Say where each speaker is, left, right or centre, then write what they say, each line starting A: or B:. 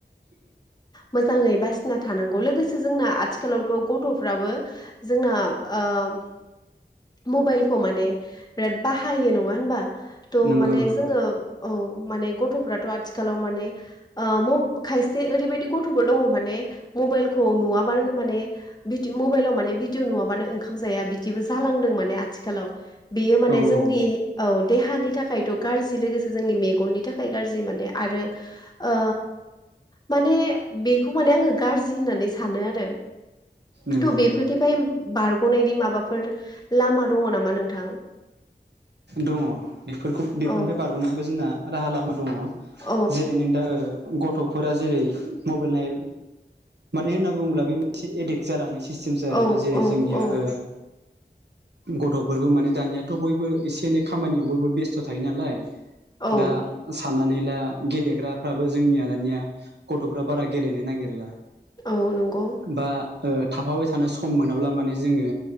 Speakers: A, on the right; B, on the left.
A: <inaudible>
B: मोजाङै बासिना थानांगौ लोगोसे जोंना आथिखालावथ गथफ्राबो जोंना ओ ओम मबाइलखौ माने बिराद बाहायो नङा होनबा? थ'
A: नंगौ
B: माने
A: नंगौ।
B: जोङो औ माने गथफ्राथ आथिखालाव माने ओ म खायसे ओरैबायदि गथफोर दङ माने मबाइलखौ नुवाबानो माने बिदि मबाइलाव माने भिडिअ नुवाबानो ओंखाम जाया बिदिबो जालांदों। माने आथिखालाव बेयो माने
A: औ
B: जोंनि
A: औ
B: औ देहानि थाखायथ गाज्रि लोगोसे जोंनि मेगननि थाखाय गाज्रि माने आरो ओ माने बेखौ माने आङो गाज्रि होननानै सानो आरो।
A: नंगौ
B: थु बेफोथेफाय
A: नंगौ
B: बारगनायनि माबाफोर लामा दङ नामा नोंथां?
A: दङ बेफोरखौ बेफोरनिफ्राय
B: औ
A: बारगनानैबो जोंना राहा लामा दङ।
B: औ
A: जेरै नों द ओ गथफोरा जेरै मबाइल नाय मानो होनना बुङोब्ला बे मोनसे एडिक्ट जालांनायसो। जिफ जागोना
B: औ
A: जेरै
B: औ
A: जोंनिया
B: औ
A: ओ गथफोरखौ माने दानियाथ बयबो एस नि खामानियाव बयबो बेस्थ थायो नालाय
B: औ
A: दा सा साननानै ला गेलेग्राफ्राबो जोंनिया दानिया गथफ्रा बारा गेलेनो नागिरला
B: औ नंगौ
A: बा ओ थाफाबाय थानो सम मोनाब्ला माने जोङो